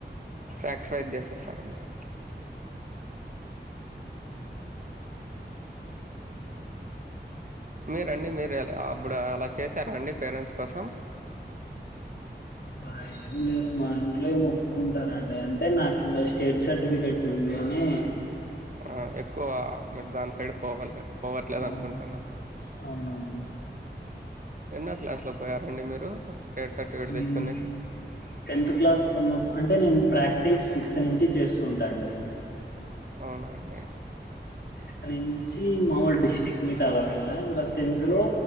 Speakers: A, on the right; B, on the left.
A: స్కారిఫైస్ చేసేస్తారండి మీరండి మీర ఎలా అప్పుడు అలా చేసారాండి పేరెంట్స్ కోసం
B: అలా ఏం లేదు మా ఇంట్లో ఏం ఒప్పుకుంటారండి అంటే నాకు ఇంకా స్టేట్ సర్టిఫికెట్ ఉంది అని
A: ఆ ఎక్కువ మీరు దాని సైడ్ పోవాలి పోవట్లేదు
B: అవును
A: అనుకుంటున్నా
B: అవునండి
A: ఎన్న క్లాసులో పోయారండి మీరు స్టేట్ సర్టిఫికేట్
B: ఉమ్
A: తెచ్చుకునేకి
B: టెన్త్ క్లాస్ లో ఉన్నపుడు అంటే నేను ప్రాక్టీస్ సిక్స్త్ నుంచి చేస్తుంటి అండి
A: అవునా అండి
B: స్ నుంచి మామూల్ డిస్ట్రిక్ మీద అలా వెళ్ళా ఇంకా టెన్త్ లో